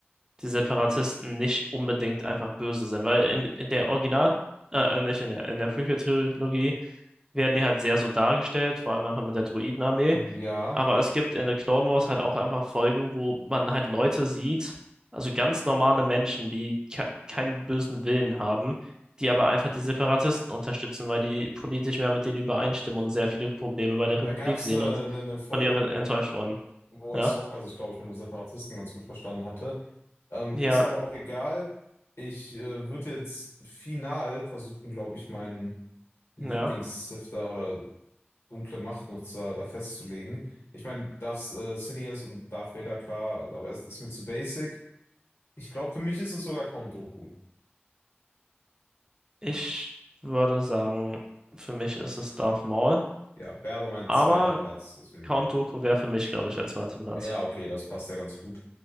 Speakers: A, on the right; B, on the left.
A: die Separatisten nicht unbedingt einfach böse sind. Weil in, in der Original, äh, äh, nicht in der, in der Prequel-Trilogie werden die halt sehr so dargestellt, vor allem einfach mit der Druidenarmee.
B: Ja.
A: Aber es gibt in The Clone Wars halt auch einfach Folgen, wo man halt Leute sieht, also ganz normale Menschen, die ke keinen bösen Willen haben, die aber einfach die Separatisten unterstützen, weil die politisch mehr mit denen übereinstimmen und sehr viele Probleme bei der
B: Da
A: Republik
B: gab es
A: sehen
B: eine,
A: und
B: eine, eine Folge,
A: von ihr
B: wo,
A: enttäuscht wurden.
B: wo
A: Ja,
B: Ahsoka sich, glaube ich, mit einem Separatisten ganz gut verstanden hatte. Ähm,
A: ja,
B: ist aber auch egal. Ich äh, würde jetzt final versuchen, glaube ich, meinen Lieblings-Sifter
A: ja.
B: oder dunkle Machtnutzer da festzulegen. Ich meine, Darth äh, Sidious und Darth Vader, klar, aber es ist mir zu basic. Ich glaube, für mich ist es sogar Count Dooku.
A: Ich würde sagen, für mich ist es Darth Maul,
B: Ja, wäre aber mein
A: aber
B: zweiter Platz, deswegen.
A: Count Dooku wäre für mich, glaube ich, der zweite Platz.
B: Ja, okay, das passt ja ganz gut.